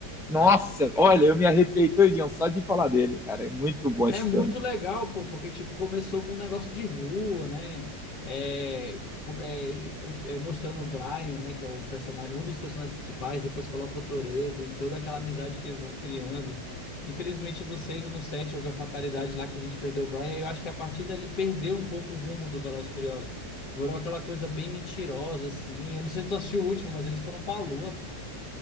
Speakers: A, in the centre; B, on the left (about 80°).
A: nossa,
B: é.
A: olha, eu me arrepiei todinho só de falar dele, cara, é muito
B: É
A: bom esse
B: muito
A: filme.
B: legal, pô, porque tipo, começou com um negócio de rua, né? É, com- é, é, mostrando o Brian, né? Que é o personagem, um dos personagens principais, depois coloca o Toredo e toda aquela amizade que eles vão criando. Infelizmente, no 6 ou no 7 houve a fatalidade lá que a gente perdeu o Brian, e eu acho que a partir dali perdeu um pouco o rumo do Velozes e Furiosos. Virou aquela coisa bem mentirosa, assim. Eu não sei se tu assistiu o último, mas eles foram pra lua, pô.